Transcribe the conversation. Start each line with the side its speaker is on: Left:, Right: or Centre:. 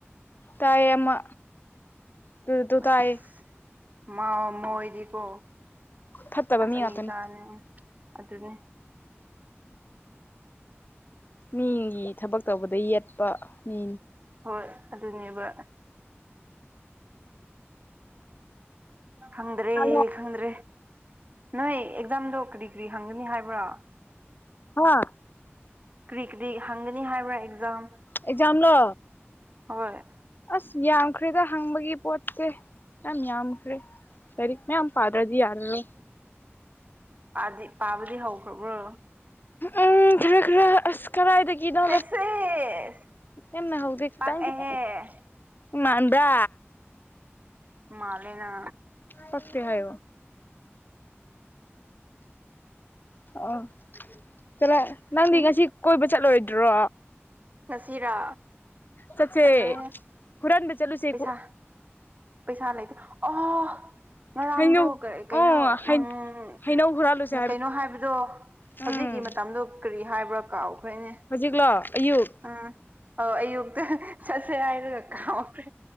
Left: ꯇꯥꯌꯦ ꯑꯃ ꯇ ꯇꯨ
Right: ꯑꯁ
Left: ꯇꯥꯌꯦꯦ
Right: ꯃꯥ ꯃꯣꯏꯗꯤꯀꯣ
Left: ꯐꯠꯇꯕ ꯃꯤ
Right: ꯆꯍꯤꯆꯥꯥꯅꯦ
Left: ꯉꯥꯛꯇꯅꯤ
Right: ꯑꯗꯨꯅꯤ
Left: ꯃꯤꯒꯤ ꯊꯕꯛ ꯇꯧꯕꯗ ꯌꯦꯠꯄ ꯃꯤ
Right: ꯍꯣꯏ ꯑꯗꯨꯅꯦꯕ ꯈꯪꯗ꯭ꯔꯦ
Left: ꯍꯥ
Right: ꯈꯪꯗ꯭ꯔꯦ ꯅꯣꯏ ꯑꯦꯛꯖꯥꯝꯗꯣ ꯀꯔꯤ ꯀꯔꯤ ꯍꯪꯒꯅꯤ ꯍꯥꯏꯕ꯭ꯔꯥ
Left: ꯍꯥ
Right: ꯀ꯭ꯔꯤ ꯀꯔꯤ ꯍꯪꯒꯅꯤ ꯍꯥꯏꯕ꯭ꯔꯥ ꯑꯦꯛꯖꯥꯝ
Left: ꯑꯦꯛꯖꯝꯂꯣ
Right: ꯍꯣꯏ
Left: ꯑꯁ ꯌꯥꯝꯈ꯭ꯔꯦꯗ ꯍꯪꯕꯒꯤ ꯄꯣꯠꯁꯦ ꯌꯥꯝ ꯌꯥꯝꯈ꯭ꯔꯦ ꯁꯔꯤꯛꯅꯦ ꯌꯥꯝ ꯄꯥꯗ꯭ꯔꯗꯤ ꯌꯥꯔꯔꯣ
Right: ꯗꯤ ꯄꯥꯕꯗꯤ ꯍꯧꯈ꯭ꯔꯕ꯭ꯔꯣ
Left: ꯎꯝ ꯈꯔ ꯈꯔ ꯑꯁ ꯀꯔꯥꯏꯗꯒꯤ ꯏꯒ
Right: ꯁꯦꯁꯦ
Left: ꯄꯃ ꯍꯕ
Right: ꯄꯥꯛꯑꯦꯍꯦ
Left: ꯊꯦꯡꯀꯤ ꯊ ꯃꯗ
Right: ꯃꯥꯂꯦꯅ
Left: ꯄꯁꯄꯤ ꯍꯥꯏ ꯑꯣ ꯆꯂ ꯅꯪꯗꯤ
Right: ꯎꯝ
Left: ꯉꯁꯤ ꯀꯣꯏꯕ ꯆꯠꯂꯣꯏꯗ꯭ꯔꯣ
Right: ꯉꯁꯤꯔꯥ
Left: ꯆꯠꯁꯦ
Right: ꯆꯠꯂꯣꯏꯍꯦ
Left: ꯍꯨꯔꯟꯗ ꯆꯂꯨꯁꯤꯦ
Right: ꯄꯩꯁꯥ ꯄꯩꯁꯥ ꯑꯂꯇ ꯑ ꯉꯔꯥꯡꯗꯣ
Left: ꯍꯩꯅꯧ ꯑꯣ
Right: ꯀꯩꯅꯣ ꯎꯝ
Left: ꯍꯩꯅꯧ ꯍꯨꯔꯥꯜꯂꯨꯁꯦ
Right: ꯀꯩꯅꯣ ꯍꯥꯏꯕꯗꯣ
Left: ꯎꯝ
Right: ꯍꯧꯖꯤꯛꯀꯤ ꯃꯇꯝꯗꯣ ꯀꯔꯤ ꯍꯥꯏꯕ꯭ꯔꯥ ꯀꯥꯎꯈ꯭ꯔꯦꯅꯦ
Left: ꯍꯧꯖꯤꯛꯂꯣ ꯑꯌꯨꯛ
Right: ꯎꯝ ꯑꯧ ꯑꯌꯨꯛꯇ ꯆꯠꯁꯦ ꯍꯥꯏꯔꯒ ꯀꯥ꯭ꯔꯦ